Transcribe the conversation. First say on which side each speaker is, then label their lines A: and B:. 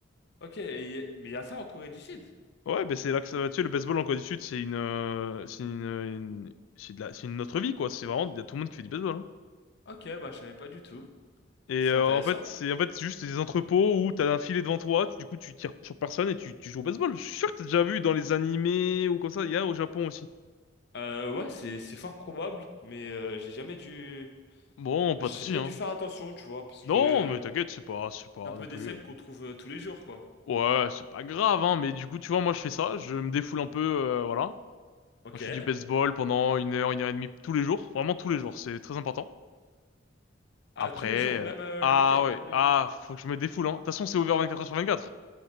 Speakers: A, on the left; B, on the left.
A: Ok, et- mais il y a ça en Corée du Sud.
B: Ouais, ben c'est là que ça va. Tu sais, le baseball en Corée du Sud, c'est une, euh, c'est une, une- c'est de la, c'est une autre vie, quoi. C'est vraiment, il y a tout le monde qui fait du baseball. hein.
A: Ok, bah je savais pas du tout.
B: Et
A: C'est
B: euh,
A: intéressant.
B: en fait, c'est en fait c'est juste des entrepôts où t'as un filet devant toi, tu- du coup tu tires sur personne et tu, tu joues au baseball. Je suis sûr que t'as déjà vu dans les animés ou comme ça, il y a au Japon aussi.
A: Euh, ouais, c'est c'est fort probable, mais euh, j'ai jamais dû
B: Bon, pas
A: j'ai
B: de souci,
A: jamais
B: hein.
A: dû faire attention, tu vois, parce
B: Non,
A: que euh,
B: mais t'inquiète, c'est pas, c'est pas
A: c'est un peu
B: non plus.
A: des scènes
B: euh.
A: qu'on trouve euh, tous les jours, quoi.
B: Ouais, c'est pas grave, hein. Mais du coup, tu vois, moi je fais ça, je me défoule un peu, euh, voilà.
A: Ok.
B: Je fais du baseball pendant une heure, une heure et demie tous les jours, vraiment tous les jours, c'est très important.
A: Ah,
B: Après,
A: tous les jours,
B: euh,
A: même euh,
B: ah
A: le week-end, même
B: ouais,
A: le
B: ah,
A: dimanche.
B: faut que je me défoule, hein. De toute façon, c'est ouvert 24 heures sur 24.